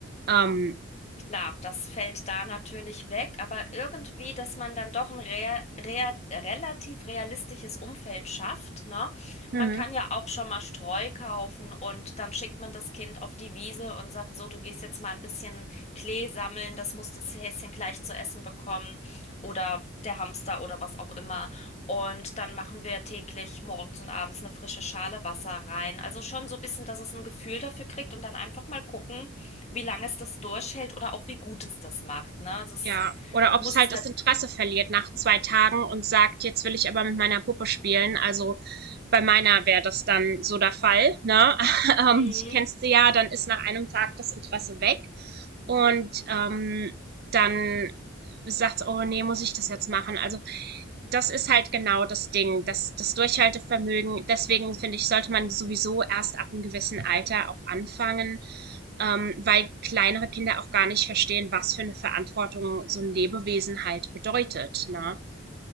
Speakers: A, on the right; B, on the left.
A: Ähm,
B: Klar, das fällt da natürlich weg, aber irgendwie, dass man dann doch ein rea rea relativ realistisches Umfeld schafft, ne?
A: Mhm.
B: Man kann ja auch schon mal Streu kaufen und dann schickt man das Kind auf die Wiese und sagt so, du gehst jetzt mal ein bisschen Klee sammeln, das muss das Häschen gleich zu essen bekommen oder der Hamster oder was auch immer. Und dann machen wir täglich morgens und abends eine frische Schale Wasser rein. Also schon so ein bisschen, dass es ein Gefühl dafür kriegt und dann einfach mal gucken, wie lange es das durchhält oder auch wie gut es das macht, ne? Also es
A: Ja, oder ob
B: muss
A: es halt
B: es nicht.
A: das Interesse verliert nach 2 Tagen und sagt: „Jetzt will ich aber mit meiner Puppe spielen.“ Also, bei meiner wäre das dann so der Fall, ne? <laughs> Ähm,
B: Mhm.
A: ich kennst du ja, dann ist nach einem Tag das Interesse weg. Und ähm, dann sagt, oh nee, muss ich das jetzt machen? Also das ist halt genau das Ding, das, das Durchhaltevermögen. Deswegen finde ich, sollte man sowieso erst ab einem gewissen Alter auch anfangen, ähm, weil kleinere Kinder auch gar nicht verstehen, was für eine Verantwortung so ein Lebewesen halt bedeutet. Ne?